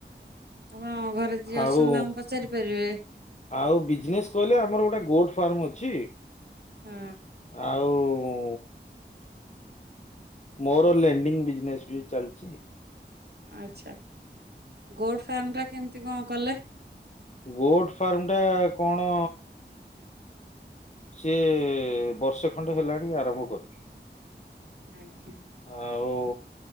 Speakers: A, on the right; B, on the left.
A: ଆପଣ ଘରେ ଯିଏ
B: ଆଉ
A: ଅଛନ୍ତି ତାଙ୍କୁ ପଚାରି ପାରିବେ।
B: ଆଉ ବିଜନେସ୍ କହିଲେ ଆମର ଗୋଟେ ଗୋଟ ଫାର୍ମ ଅଛି
A: ହଁ
B: ଆଉ ମୋର ଲେଣ୍ଡିଙ୍ଗ ବିଜନେସ୍ ବି ଚାଲିଛି।
A: ଆଚ୍ଛା ଗୋଟ ଫାର୍ମ ଟା କେମିତି କଣ କଲେ?
B: ଗୋଟ ଫାର୍ମ ଟା କଣ? ସିଏ ବର୍ଷେ ଖଣ୍ଡେ ହେଲାଣି ଆରମ୍ଭ କରିଛୁ।
A: ଆଜ୍ଞା।
B: ଆଉ